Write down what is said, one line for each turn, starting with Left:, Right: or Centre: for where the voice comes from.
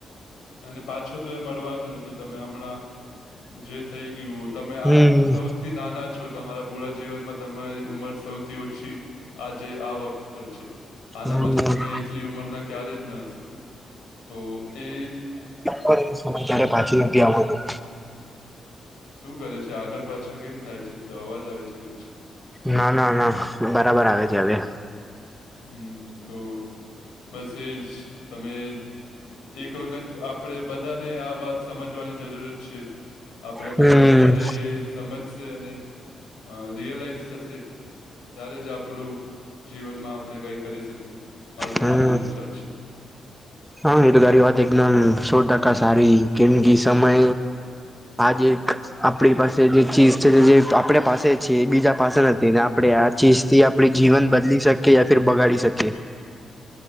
Left: અને પાછો તો, એ મળવાનું નથી તમે હમણાં જે થઈ ગયું તમે
Centre: હમ્મ
Left: આ સૌથી નાના છો, તમારા પૂરા જીવનમાં તમારી ઉંમર સૌથી ઓછી આજે આ વખત પર છે. આના
Centre: હમ્મ
Left: પછી તમે એટલી ઉંમરના ક્યારે જ, ન હશો તો એ
Centre: કરે સમય ત્યારે પાછી નથી આવતોું
Left: શું કરે છે આગળ પાછળ કેમ થાય છે. એટલે અવાજ આવે છે કચ્છ
Centre: ના, ના, ના બરાબર આવે છે હવે
Left: હમ તો બસજ તમે. એક વખત આપણેે બધાને. આ વાત સમજવાની જરૂરત છે. આપણે બધાને
Centre: હમ્મ.
Left: જયારે એ, સમજશે અને. અ રિયલાઈઝ થશે ત્યારે જ આપણું જીવનમાં આપડે કઈ કરી શકશું મારોું
Centre: હમ્મ
Left: તો એવો જ વિચાર છે.
Centre: હા એ તો તારી વાત એકદમ સો, ટકા સારી કેમ કે સમય હાજ આપણી પાસે જે ચીજ છે, જે આપે પાસે છે એ બીજા પાસે નથી ને આપડે આ ચીજ થી આપડી જીવન બદલી શકીએ યા ફર બગાડી શકીએ